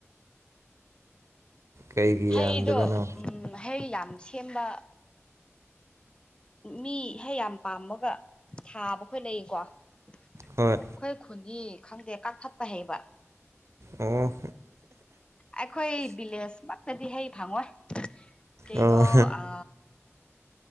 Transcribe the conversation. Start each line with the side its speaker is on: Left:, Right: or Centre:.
Right: ꯀꯩꯒꯤ
Left: ꯍꯩꯗꯣ
Right: ꯌꯥꯝꯗꯕꯅꯣ
Left: ꯎꯝ ꯍꯩ ꯌꯥꯝ ꯁꯦꯝꯕ ꯃꯤꯍꯦꯛ ꯌꯥꯝ ꯄꯥꯝꯃꯒ ꯊꯥꯕ ꯈꯣꯏ ꯂꯩꯀꯣ ꯑꯩꯈꯣꯏ
Right: ꯍꯣꯏ
Left: ꯈꯨꯟꯅꯤ ꯈꯪꯗꯦ ꯀꯛꯊꯄ ꯍꯩꯕ
Right: ꯑꯣ
Left: ꯑꯩꯈꯣꯏ ꯚꯤꯂꯦꯖ ꯃꯛꯇꯗꯤ ꯍꯩ ꯐꯪꯉꯣꯏ ꯀꯩꯅꯣ
Right: ꯑꯣ
Left: ꯑ